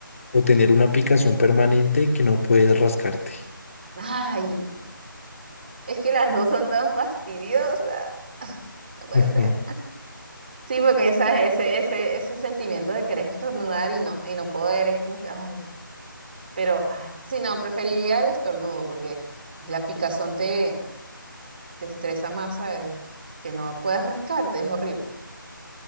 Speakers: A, on the left (about 40°); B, on the right (about 25°).
A: ¿O tener una picazón permanente que no puedes rascarte?
B: Ay, es que las dos son tan fastidiosas. <laughs> No puede
A: <laughs>
B: ser. Sí, porque ¿sabes? Ese, ese, ese sentimiento de querer estornudar y no, y no poder, es como que, ay, pero ah, sí, no, preferiría el estornudo porque la picazón te, te estresa más, ¿sabes? Que no puedas rascarte, es horrible.